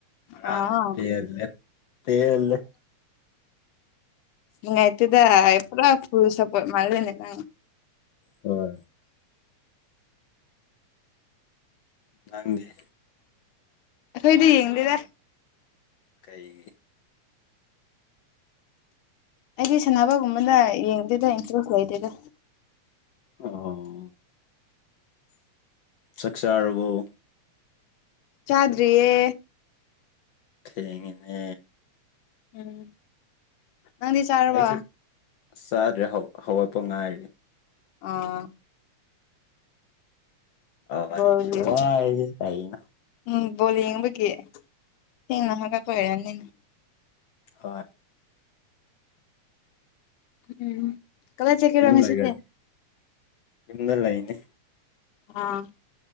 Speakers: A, on the left (about 80°); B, on the left (about 65°).
A: ꯑꯣ
B: ꯑꯠꯇꯦ ꯂꯩꯠꯇꯦ ꯂꯩ
A: ꯏꯥꯏꯇꯗ ꯑꯦꯄ꯭ꯔꯥ ꯐꯜ ꯁꯄꯣ ꯃꯥꯗꯅꯦ ꯅꯪ
B: ꯍꯣꯏ ꯅꯪꯗꯤ
A: ꯑꯩꯈꯣꯏꯗꯤ ꯌꯦꯡꯗꯦꯗ
B: ꯀꯩ
A: ꯑꯩꯒꯤ ꯁꯅꯥꯕꯒꯨꯝꯕ ꯂꯩ ꯌꯦꯡꯗꯗ ꯏꯟꯁꯔꯁ ꯂꯩꯗꯗ
B: ꯑꯣ ꯆꯥꯛꯆꯥꯥꯔꯕꯕꯨ
A: ꯆꯥꯗ꯭ꯔꯤꯌꯦ
B: ꯈꯉꯅꯦ
A: ꯎꯝ ꯅꯪꯗꯤ ꯆꯥꯔꯕ
B: ꯑꯩꯁꯨ ꯆꯥꯗ꯭ꯔꯦ ꯍꯧꯔꯠꯄ ꯉꯥꯏꯔꯤ
A: ꯑ
B: ꯑꯚꯥꯏ
A: ꯕꯣꯜ
B: ꯁ
A: ꯌꯦꯡ
B: ꯋꯥ ꯍꯥꯏ ꯀꯥꯏꯅ
A: ꯎꯝ ꯕꯣꯜ ꯌꯦꯡꯕꯒꯤ ꯊꯦꯡꯅ ꯍꯪꯒꯠꯄ ꯑꯣꯏꯔꯅꯤꯅ
B: ꯑꯣꯏ
A: ꯎꯝ ꯀꯗꯥꯏ ꯆꯠꯀꯦꯔꯣ
B: ꯝ
A: ꯉꯁꯤꯗꯤ
B: ꯂ ꯂꯩꯒꯗ ꯝꯗ ꯂ ꯏꯅꯦ
A: ꯑꯥ